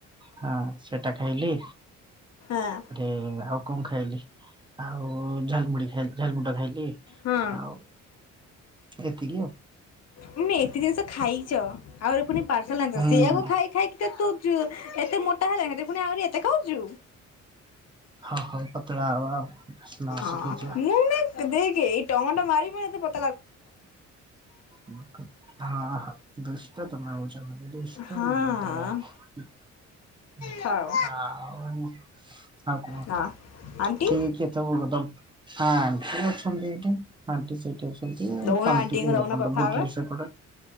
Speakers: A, on the right (about 15°); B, on the left (about 55°).
A: ହାଁ ସେଟା ଖାଇଲି।
B: ଆଁ।
A: ଏ ଆଉ କଣ ଖାଇଲି। ଆଉ ଝାଲ ମୁଢି ଖାଇଲି ଝାଲ ମୁୁଣ୍ଡଟା ଖାଇଲି
B: ହଁ
A: ଆଉ ଏତିକି ଆଉ।
B: ତମେ ଏତେ ଜିନିଷ ଖାଇଚ? ଆହୁରି ପୁଣି ପାର୍ସଲ୍ ଆଣଚ
A: ହୁଁ
B: ସିଆକୁ ଖାଇ ଖାଇ ତ ତୁଜ ଏତେ ମୋଟା ହେଲାଣି ଆହୁରି ଏତେ ଖାଉଚୁ।
A: ହଉ ହଉ ପତଳା ହବା ଆଉ। ସ୍ନ ଶୁଖିଯିବ।
B: ଆଉ ମୁଁ ଦେକ ଏଇ ଟମାଟୋ ମାରିିବ ଏତେ ବତ।
A: ହଁ ହଁ। ଦୁଷ୍ଟ ତମେ ହୋଉଚ ଭାରି ଦୁଷ୍ଟାମୀ
B: ହଁ।
A: ଟା ହୁଁ। ଆଉ
B: ଥାଉ।
A: ଆଉ କୁହ?
B: ହଁ ଆଣ୍ଟି।
A: ଠିକ ତମ ବଦମ ଆଣ୍ଟି ଅଛନ୍ତି କି? ଆଣ୍ଟି ସେଇଠି ଅଛ ଣ୍ଟି ମୋ
B: ଦଉନ
A: ତଣ୍ଟି
B: ଆଣ୍ଟିଙ୍କୁ
A: କି ଟିକେ
B: ଦଉନ
A: ତନେ
B: କଥା
A: ଟିକେ
B: ହେବେ।
A: ବୁଲି ସେପଟ